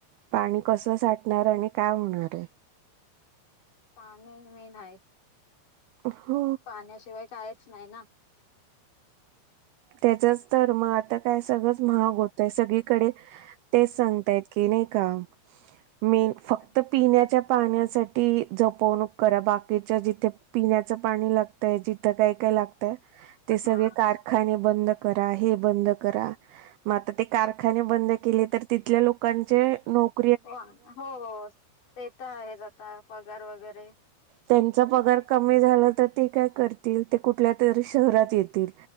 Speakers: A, on the right; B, on the left.
A: पाणी
B: हम्म
A: कसं साठणार आणि काय होणार आहे
B: पाणी मीन आहे
A: हो
B: पाण्याशिवाय कायच नाही ना
A: त्याचच र्म आता काय सगळंच महाग होतंय सगळीकडे तेच सांगतायत की नाही का मी फक्त
B: हम्म.
A: पिण्याच्या पाण्यासाठी जपवणूक करा बाकीच्या जिथे पिण्याचं पाणी लाग जिथं काय काय लागतय ते सगळे
B: हा
A: कारखाने बंद करा हे बंद करा म आता ते कारखाने बंद केले तर तिथल्या लोकांचे नोक
B: हो हो, ते तर आहेच आता पगार वगैरे.
A: त्यांचा
B: तुम्ही
A: पगार कमी झाला तर ते काय करतील ते कुठल्या तरी शहरात येतील.